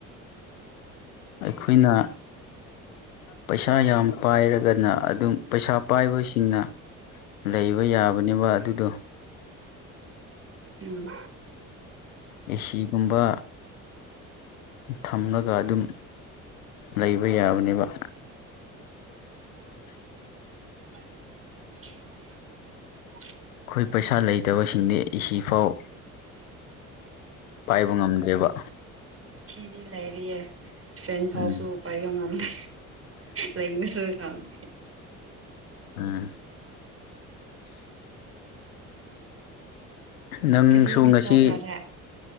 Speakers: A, on the left; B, on the right.
A: ꯑꯩꯈꯣꯏꯅ ꯄꯩꯁꯥ ꯌꯥꯝ ꯄꯥꯏꯔꯒꯅ ꯑꯗꯨꯝ ꯄꯩꯁꯥ ꯄꯥꯏꯕꯁꯤꯡꯅ ꯂꯩꯕ ꯌꯥꯕꯅꯦꯕ ꯑꯗꯨꯗꯣ
B: <inaudible> ꯎꯝ
A: ꯑꯦ ꯁꯤꯒꯨꯝꯕ ꯊꯝꯂꯒ ꯑꯗꯨꯝ ꯂꯩꯕ ꯌꯥꯕꯅꯦꯕ
B: <inaudible> <inaudible>
A: ꯈꯣꯏ ꯄꯩꯁꯥ ꯂꯩꯇꯕꯁꯤꯡꯗꯤ ꯑꯦ ꯁꯤꯐꯥꯎ ꯄꯥꯏꯕ ꯉꯝꯗ꯭ꯔꯦꯕ
B: <unintelligible> ꯗꯤ ꯂꯩꯔꯤꯌꯦ ꯐꯦꯟ ꯐꯥꯎꯁꯨ
A: ꯎꯝ
B: ꯄꯥꯏꯕ ꯉꯝꯗꯦ ꯂꯩꯕꯁꯨ ꯉꯝꯗꯦ
A: ꯑꯝ ꯅꯪꯁꯨ
B: ꯀꯔꯤ ꯃꯊꯦꯜ
A: ꯉꯁꯤ
B: ꯆꯥꯔꯦ